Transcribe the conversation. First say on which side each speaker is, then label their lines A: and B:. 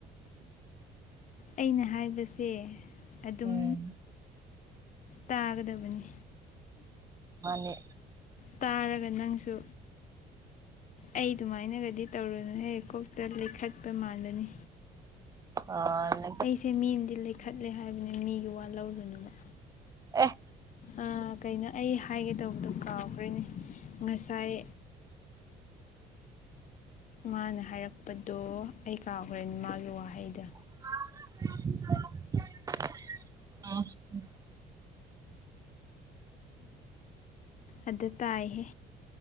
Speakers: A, on the left; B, on the right.
A: ꯑꯩꯅ ꯍꯥꯏꯕꯁꯦ ꯑꯗꯨꯝ
B: ꯎꯝ
A: ꯇꯥꯒꯗꯕꯅꯤ
B: ꯃꯥꯅꯦ
A: ꯇꯥꯔꯒ ꯅꯪꯁꯨ ꯑꯩ ꯑꯗꯨꯃꯥꯏꯅꯒꯗꯤ ꯇꯧꯔꯨꯅꯨ ꯍꯦ ꯀꯣꯛꯇ ꯂꯩꯈꯠꯄ ꯃꯥꯜꯂꯅꯤ
B: ꯑꯥꯏ
A: ꯑꯩꯁꯦ ꯃꯤꯅꯗꯤ ꯂꯩꯈꯠꯂꯦ ꯍꯥꯏꯕꯅꯦ ꯃꯤꯒꯤ ꯋꯥ ꯂꯧꯔꯨꯅꯨꯕ
B: ꯑꯦ
A: ꯑ ꯀꯩꯅꯣ ꯑꯩ ꯍꯥꯏꯒꯦ ꯇꯧꯕꯗꯣ ꯀꯥꯎꯈ꯭ꯔꯦꯅꯦ ꯉꯁꯥꯏ ꯃꯥꯅ ꯍꯥꯏꯔꯛꯄꯗꯣ ꯑꯩ ꯀꯥꯎꯒ꯭ꯔꯦ ꯃꯥꯒꯤ ꯋꯥꯍꯩꯗ
B: <unintelligible>
A: ꯑꯗ ꯇꯥꯏꯍꯦ